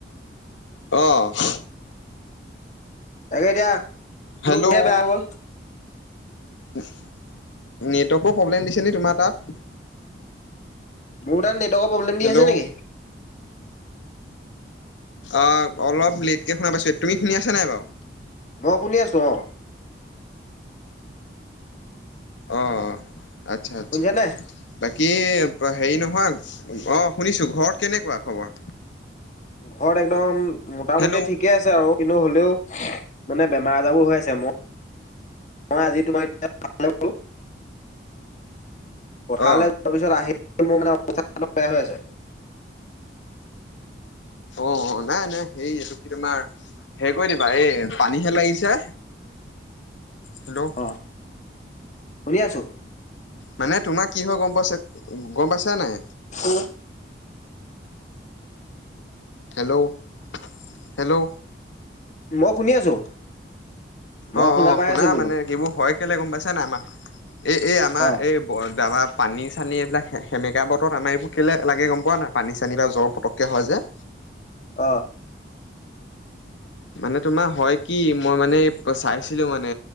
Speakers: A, on the left; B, on the left.
A: অ',
B: তাকে এতিয়া ফোন
A: হেল্ল'
B: টোহে বেয়া হ'ল।
A: নেটৱৰ্কো প্ৰব্লেম দিছে নি তোমাৰ তাত।
B: মোৰ তাত নেটৱৰ্কৰ প্ৰব্লেম দি
A: হেল্ল'
B: আছে নেকি?
A: অ অলপ লেটকে শুনা পাইছো। তুমি শুনি আছা নাই বাৰু?
B: মই শুনি আছো। অ',
A: অ, আচ্ছা-আচ্ছা।
B: শুনিছা নে
A: বাকী হেৰি নহয় অ' শুনিছো ঘৰত কেনেকুৱা খবৰ?
B: ঘৰত একদম মোটামুটি
A: হেল্ল'
B: ঠিকে আছে। ছে আৰু কিন্তু হ'লেও মানে বেমাৰ আজাৰো হৈ আছে। মোৰ মই আজি তোমাৰো পথাৰলে
A: অ
B: তাৰপিছত আহি মোৰ ম বেয়া হৈ আছে। <unintelligible>
A: অ' নাই নাই হে এইটো কি তোমাৰ হে কৰি দিবা এই পানীহে লাগিছে, হেল্ল'?
B: অ' শুনি আছো।
A: মানে তোমাৰ কি হয় গ'ম পাইছে গ'ম পাইছা নাই?
B: অ <unintelligible>
A: হেল্ল'? হেল্ল'?
B: মই শুনি আছো। মই
A: অ', অ'
B: পাই
A: শুনা
B: আছো বোলো
A: মানে কি এইবোৰ হয় কেলে গ'ম পাইছ নে? আমাক এই এই আমাৰ
B: অ
A: এই দাবা পানী চানী এইবিলাক সেমেকা বতৰত আমাৰ এইবোৰ কেলৈ লাগে গ'ম পোৱা নাই? পানী চানী বা জ্বৰ পতককৈ হয় যে।
B: অ'।
A: মানে তোমাৰ হয় কি মই মানে চাইছিলো মানে